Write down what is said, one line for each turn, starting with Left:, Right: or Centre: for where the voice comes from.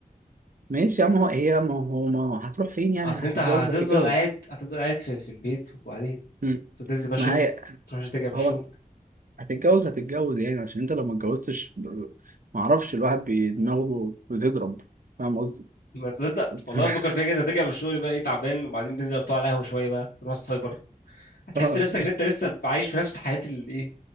Right: ماشي يا عم هو هي ما هو ما هتروح فين يعني
Left: أصل أنت
Right: هتتجوز
Left: هتفضل
Right: هتتجوز
Left: قاعد هتفضل قاعد في, في البيت وبعدين
Right: مم.
Left: تنزل بقى
Right: ما
Left: شغل
Right: هي
Left: تروح ترجع من الشغل
Right: هو هتتجوز هتتجوز يعني عشان انت لو ما اتجوزتش ما اعرفش الواحد بي- دماغه بتضرب فاهم قصدي؟
Left: ما تصدق
Right: <laughs>
Left: والله بفكر فيها كده ترجع من الشغل بقى إيه تعبان وبعدين تنزل تقعد على القهوة شوية بقى تروح السايبر هتحس
Right: اه
Left: نفسك إن أنت لسه عايش في نفس حياة الإيه